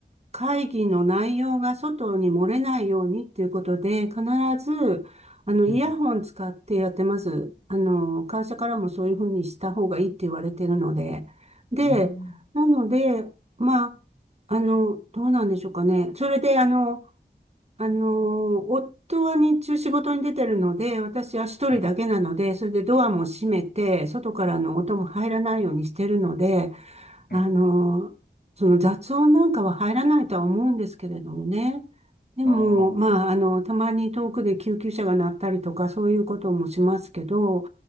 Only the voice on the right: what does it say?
会議の内容が外に漏れないようにっていうことで、必ずあの、イヤホン使ってやってます。
あの、会社からもそういうふうにした方がいいって言われてるので。で、
なので、まあ、あの、どうなんでしょうかね。それで、あの、あの、夫は日中仕事に出てるので、私は一人だけなので、
それでドアも閉めて、外からの音も入らないようにしてるので、
あの、その雑音なんかは入らないとは思うんですけれどもね。でも、
まあ、あの、たまに遠くで救急車が鳴ったりとか、そういうこともしますけど、